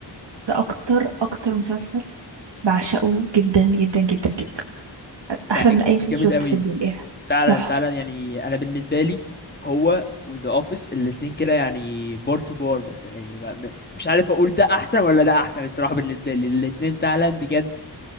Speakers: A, on the right; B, on the left.
A: ده اكتر اكتر مسلسل بعشقه جدا جدا جدا جدا
B: بتاع
A: احلى من اي مسلسل
B: جامد
A: شفته
B: قوي
A: في الدنيا
B: فعلا
A: تحفه
B: فعلا يعني انا بالنسبة لي هو وذا اوفيس الاتنين كده يعني بار تو بار مثلا يعني ما- م- مش عارف اقول ده احسن ولا ده احسن الصراحة بالنسبة لي الاتنين فعلا بجد